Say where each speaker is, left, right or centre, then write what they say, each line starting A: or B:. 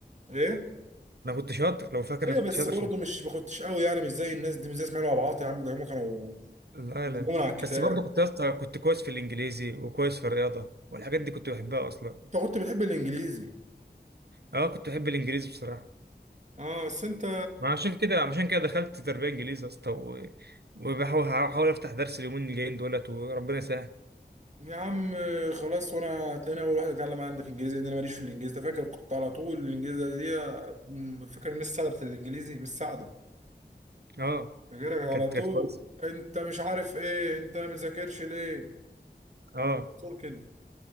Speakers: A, on the right; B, on the right.
A: ايه
B: انا كنت شاطر لو فاكر
A: ايوه
B: انا كنت
A: بس
B: شاطر
A: برضه
B: في
A: مش ما كنتش قوي يعني مش زي الناس دي مش زي اسماعيل وابعاط يا عم ده هم كانوا
B: لا
A: مجنون
B: لا
A: على الكتاب
B: بس برضه كنت يا اسطى كنت كويس في الانجليزي وكويس في الرياضه والحاجات دي كنت بحبها اصلا
A: انت كنت بتحب الانجليزي
B: اه كنت بحب الانجليزي بصراحه
A: اه بس انت
B: ما عشان كده عشان كده دخلت تربيه انجليزي يا اسطى و- وبحاول هحاول افتح درس اليومين الجايين دولت وربنا يسهل
A: يا عم خلاص وانا هتلاقيني اول واحد اتكلم عندك انجليزي لان انا ماليش في الانجليزي ده فاكر كنت على طول الانجليزي دي م- فاكر مش سعده بتاعت الانجليزي مش سعده
B: اه
A: فاكرك على
B: كانت
A: طول
B: كانت كويسه
A: انت مش عارف ايه انت ما بتذاكرش ليه
B: اه
A: على طول كده